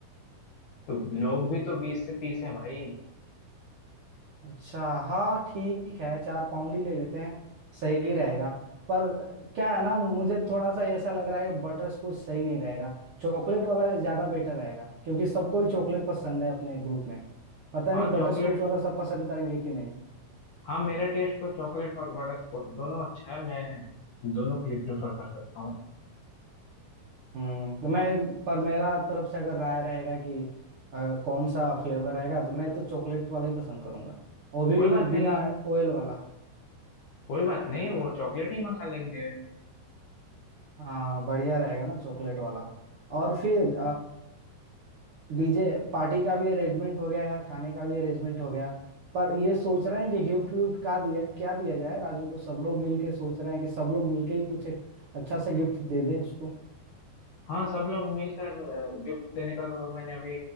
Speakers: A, on the left; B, on the right.
A: तो लोग भी तो बीस से तीस हैं भाई
B: अच्छा हाँ ठीक है चार पाउंड ही ले लेते हैं सही रहेगा पर क्या है ना मुझे थोड़ा सा ऐसा लग रहा है कि बटर स्कॉच सही नहीं रहेगा चॉकलेट वाला ज्यादा बेटर रहेगा क्योंकि सबको ही चॉकलेट पसंद है अपने ग्रुप में पता
A: हाँ
B: नहीं बटर
A: चॉकलेट
B: स्कॉच वाला सब पसंद करेंगे कि नहीं
A: हाँ मेरा टेस्ट तो चॉकलेट और बटर स्कॉच दोनों अच्छा है मैं दोनों के लिए प्रेफर कर सकता हूँ
B: हम्म तो मैं पर मेरा तरफ से अगर राय रहेगा कि अ, कौन सा फ्लेवर रहेगा तो मैं तो चॉकलेट वाला ही पसंद करूंगा वो भी
A: कोई बात
B: बिना
A: नहीं
B: ऑयल वाला
A: कोई बात नहीं वो चॉकलेट ही मंगा लेंगे
B: हाँ बढ़िया रहेगा ना चॉकलेट वाला और फिर डीजे पार्टी का भी अरेंजमेंट हो गया यार खाने का भी अरेंजमेंट हो गया पर ये सोच रहे हैं कि गिफ्ट विफ्ट का दिया क्या दिया जाए राजू को सब लोग मिल के सोच रहे हैं कि सब लोग मिल के ही कुछ एक अच्छा सा गिफ्ट दे दें उसको
A: हाँ सब लोग मिलकर गिफ्ट देने का तो मैंने अभी